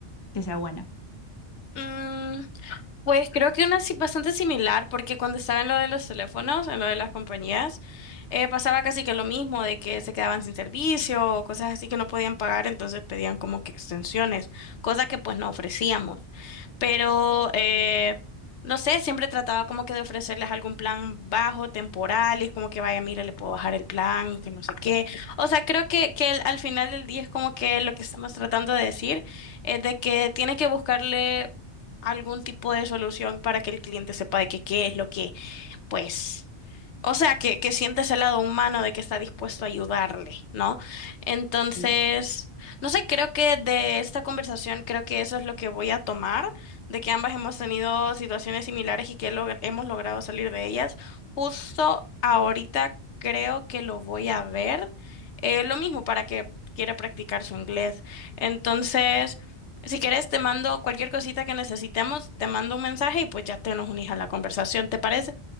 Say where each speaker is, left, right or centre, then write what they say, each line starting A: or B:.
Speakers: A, on the left; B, on the left.
A: que sea buena.
B: Mm, Pues creo que una si- bastante similar, porque cuando estaba en lo de los teléfonos, en lo de las compañías, eh, pasaba casi que lo mismo, de que se quedaban sin servicio o cosas así que no podían pagar, entonces pedían como que extensiones, cosa que pues no ofrecíamos. Pero, eh, no sé, siempre trataba como que de ofrecerles algún plan bajo, temporal, y es como que vaya, mire, le puedo bajar el plan, que no sé qué. O sea, creo que, que el- al final del día es como que lo que estamos tratando de decir es de que tiene que buscarle algún tipo de solución para que el cliente sepa de que qué es lo que pues, o sea, que, que sientes el lado humano de que está dispuesto a ayudarle, ¿no? Entonces,
A: Sí.
B: no sé, creo que de esta conversación, creo que eso es lo que voy a tomar, de que ambas hemos tenido situaciones similares y que log- hemos logrado salir de ellas. Justo ahorita creo que lo voy a ver. eh, lo mismo para que quiera practicar su inglés. Entonces... Si quieres, te mando cualquier cosita que necesitemos, te mando un mensaje y pues ya te nos unís a la conversación, ¿te parece?